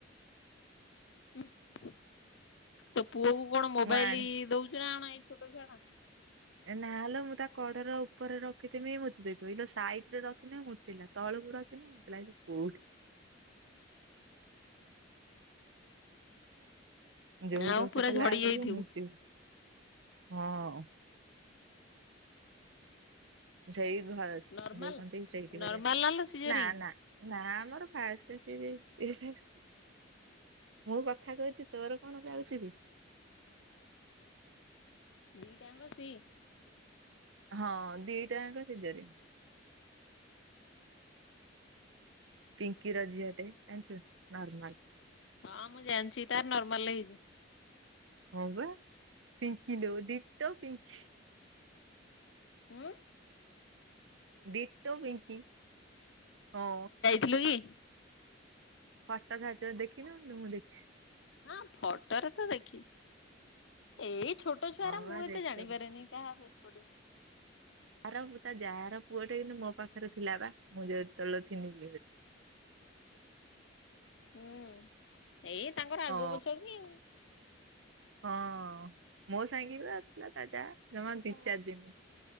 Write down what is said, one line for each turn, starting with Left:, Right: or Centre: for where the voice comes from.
Left: ହୁଁ ତୋ ପୁଅ କୁ କଣ ମୋବାଇଲ
Right: ମୁଁ ଆଣି
Left: ଦଉଛୁ ନା କଣ ଏଇ ଛୋଟ ଛୁଆଟା
Right: ଏ ନାଲୋ ମୁଁ ତା କଡର ଉପରେ ରଖିଥିମି ମୁତି ଦେଇଥିବି ଏଇ ତ ସାଇଡ ରେ ରଖିଲେ ମୁତିଲା ତଳକୁ ରଖିନେ ମୁତିଲା ଏଇଠି କଉଠି ଯଉଠି
Left: ଆଉ
Right: ରଖିଥିଲା
Left: ପୁରା ଝଡି
Right: ବେଳକୁ
Left: ଯାଇଥିବୁ
Right: ମୂତିବ ହଁ ସେଇ ଘ ସ
Left: ନର୍ମାଲ
Right: ଯୋଉ କହନ୍ତି ସେଇଠି ପ
Left: ନର୍ମାଲ ଲୋ ସିଜରିଂ
Right: ନା ନା ନା ଆମର ଫାଷ୍ଟ ସେଇ ସେକ୍ସ୍ ମୁଁ କଥା କହିଛି ତୋର କଣ ଯାଉଛି ବେ
Left: ଦିଟାଙ୍କ ସି?
Right: ହଁ ଦିଟାଙ୍କ ସିଯରିଙ୍ଗ। ପିଙ୍କି ର ଝିଅଟେ ଜାଣିଛୁ ନା ନର୍ମାଲ।
Left: ହଁ ମୁଁ ଜାଣିଛି ତାର ନର୍ମାଲ ହେଇଛି।
Right: ହଁ ବା ପିଙ୍କି ଦଉ ତ ଦିଟୋ ପିଙ୍କି
Left: ହଁ।
Right: ଡିଟୋ ପିଙ୍କି ହଁ।
Left: କିଏଲୋ ଇଏ?
Right: ଫଟ ଛାଡିଛନ୍ତି ଦେଖିନୋଉ କିଲୋ ମୁଁ ଦେଖିଛି।
Left: ହଁ ଫୋଟରେ ତ ଦେଖିଛି ଏଇ ଛୋଟ ଛୁଆଉରା
Right: ହଁ
Left: ମୁଁ
Right: ବା ଡିଟୋ
Left: ଏତେ ଜାଣିପାରେନି କାହା ଫେସ୍ କଟିଙ୍କ୍?
Right: ଯାହାର ହୋଉ ତା ଯାହାର ପୁଅଟେ କିନ୍ତୁ ମୋ ପାଖରେ ଥିଲା ବା ମୁଁ ଯେ ତେଲେ ଥିଲି
Left: ହୁଁ ଏଇ ତାଙ୍କର
Right: ହଁ
Left: ଆଗ ପଛ କି ଆଉ
Right: ହଁ ମୋ ସାଙ୍ଗେରେ ପା ଥିଲା ତା ଯା ଜମା ଦିଚାରିଦିନି